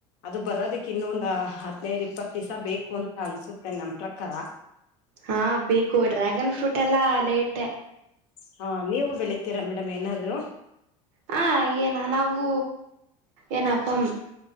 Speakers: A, on the left; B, on the right.
A: ಅದು ಬರೋದಕ್ ಇನ್ನೊಂದ್ ಹದ್ನೈದು ಇಪ್ಪತ್ತು ದಿವ್ಸ ಬೇ ಕುಂತ ಅನ್ಸುತ್ತೆ ನಮ್ ಪ್ರಕಾರ.
B: ಹಾ ಬೇಕು ಡ್ರ್ಯಾಗನ್ ಫ್ರೂಟ್ ಎಲ್ಲ ಲೇಟೆ.
A: ಹಾ ನೀವು ಬೆಳಿತೀರಾ ಮೇಡಮ್ ಏನಾದ್ರು.
B: ಹ ಏನ ನಾವು ಏನಪ್ಪ